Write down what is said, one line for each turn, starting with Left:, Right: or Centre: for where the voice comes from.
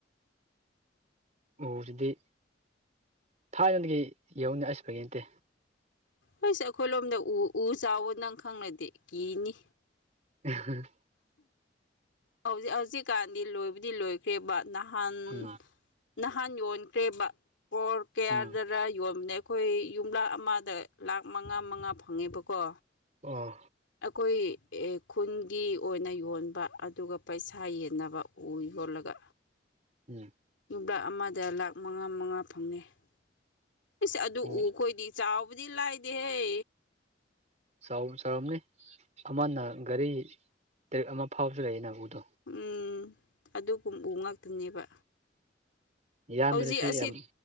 Right: ꯎꯁꯤꯗꯤ ꯊꯥꯏ ꯌꯣꯟꯗꯒꯤ ꯌꯧꯅꯤ ꯑꯁꯕꯒꯤ ꯅꯠꯇꯦ
Left: ꯑꯩꯣꯏꯁꯦ ꯑꯩꯈꯣꯏ ꯂꯣꯝꯗ ꯎ ꯎ ꯆꯥꯎꯕ ꯅꯪ ꯈꯪꯂꯅꯗꯤꯦ ꯀꯤꯅꯤ
Right: <unintelligible>
Left: ꯍꯧꯖꯤꯛ ꯍꯧꯖꯤꯛꯀꯥꯟꯗꯤ ꯂꯣꯏꯕꯨꯗꯤ ꯂꯣꯏꯈ꯭ꯔꯦꯕ ꯅꯍꯥꯟ
Right: ꯎꯝ
Left: ꯅꯍꯥꯟ ꯌꯣꯟꯈ꯭ꯔꯦꯕ ꯀꯣꯔ ꯀꯌꯥꯗꯔ
Right: ꯎꯝ
Left: ꯌꯣꯟꯕꯅꯦ ꯑꯩꯈꯣꯏ ꯌꯨꯝꯂꯥ ꯑꯃ ꯗ ꯂꯥꯛ ꯃꯉꯥ ꯃꯉꯥ ꯐꯪꯉꯦꯕꯀꯣ
Right: ꯑꯣ
Left: ꯑꯩꯈꯣꯏ ꯈꯨꯟꯒꯤ ꯑꯣꯏꯅ ꯌꯣꯟꯕ ꯑꯗꯨꯒ ꯄꯩꯁꯥ ꯌꯦꯟꯅꯕ ꯎꯏ ꯌꯣ ꯂꯒ
Right: ꯎꯝ
Left: ꯂ ꯂꯥꯛ ꯑꯃꯗ ꯂꯥꯛ ꯃꯉꯥ ꯃꯉꯥ ꯐꯪꯉꯦꯁ ꯑꯗꯨ
Right: ꯎ
Left: ꯎꯈꯣꯏꯗꯤ ꯆꯥꯎ ꯕꯨꯗꯤ ꯂꯩꯥꯏꯗꯤꯦꯍꯦ
Right: ꯆꯥꯎ ꯆꯥꯎꯔꯝꯅꯤ ꯑꯃꯅ ꯒꯥꯔꯤ ꯇꯔꯦ ꯑꯃ ꯐꯥꯎꯁꯨ ꯂꯩꯏꯅ ꯎꯗ
Left: ꯎꯝ ꯑꯗꯨꯒꯨꯝ ꯎ ꯉꯥꯛꯇꯅꯦꯕ
Right: ꯌꯥꯝꯕꯅꯁꯨ
Left: ꯍꯧꯖꯤꯛ ꯑꯁꯤ
Right: ꯌꯥꯝ